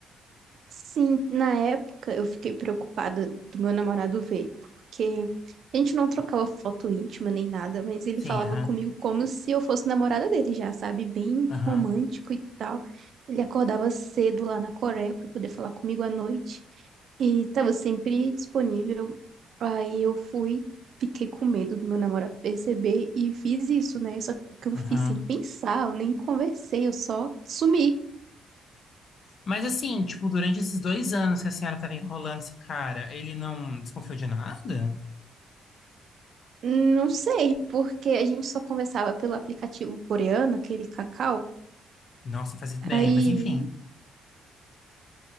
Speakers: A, on the right; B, on the left.
A: Sim, na época eu fiquei preocupada do meu namorado ver, porque a gente não trocava foto íntima nem nada, mas ele
B: Sim,
A: falava
B: aham,
A: comigo como se eu fosse namorada dele já, sabe? Bem
B: aham,
A: romântico e tal. Ele acordava cedo lá na Coreia para poder falar comigo à noite e estava sempre disponível. Aí eu fui, fiquei com medo do meu namorado perceber e fiz isso, né? Só que eu
B: aham.
A: fiz sem pensar, eu nem conversei, eu só sumi.
B: Mas assim, tipo, durante esses dois anos que a senhora tava enrolando esse cara, ele não desconfiou de nada?
A: Não sei, porque a gente só conversava pelo aplicativo coreano, aquele Kakao.
B: Nossa, não fazia ideia,
A: Aí,
B: mas enfim.